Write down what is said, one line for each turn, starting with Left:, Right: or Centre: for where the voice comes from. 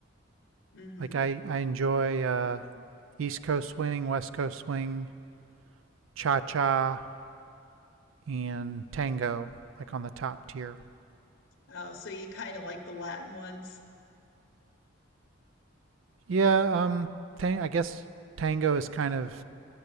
Left: hmm
Right: Like I, I enjoy uh, East Coast swing, West Coast swing, cha-cha, and tango, like on the top tier.
Left: Oh, so you kind of like the Latin ones?
Right: Yeah, um, tang I guess tango is kind of,